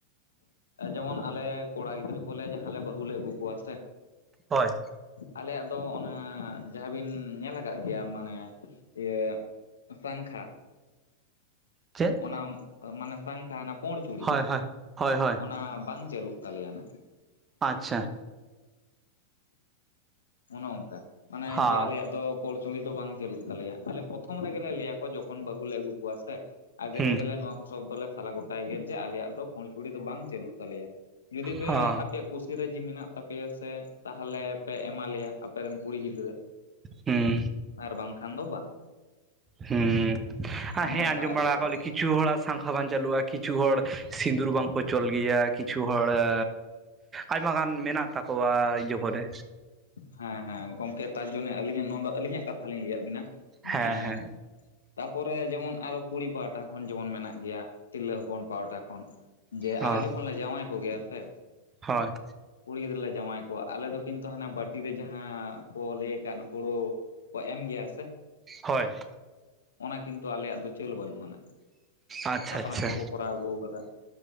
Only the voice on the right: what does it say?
ᱦᱚᱭ᱾
ᱪᱮᱫ?
ᱦᱳᱭ ᱦᱳᱭ ᱦᱳᱭ ᱦᱳᱭ
ᱟᱪᱪᱷᱟ᱾
ᱦᱟ
ᱦᱩᱸ
ᱦᱟ
ᱦᱩᱸ
ᱦᱩᱸ ᱟᱨ
ᱦᱮᱸ ᱟᱸᱡᱚᱢ
ᱵᱟᱲᱟ
ᱠᱟᱜ ᱞᱮᱠᱤ ᱠᱤᱪᱷᱩ ᱦᱚᱲᱟᱜ ᱥᱟᱝᱠᱷᱟ ᱵᱟᱝ ᱪᱟᱹᱞᱩᱜᱼᱟ ᱠᱤᱪᱷᱩ ᱦᱚᱲ ᱥᱤᱸᱫᱩᱨ ᱵᱟᱝᱠᱚ ᱪᱚᱞ ᱜᱮᱭᱟ ᱠᱤᱪᱷᱩ ᱦᱚᱲ ᱟᱹ ᱟᱭᱢᱟ ᱜᱟᱱ ᱢᱮᱱᱟᱜ ᱛᱟᱠᱚᱣᱟ ᱤᱭᱟᱹ ᱠᱚᱨᱮ
ᱦᱮᱸ ᱦᱮᱸ
ᱦᱚᱸ
ᱦᱳᱭ
ᱦᱳᱭ
ᱟᱪᱪᱷᱟ
ᱟᱪᱪᱷᱟ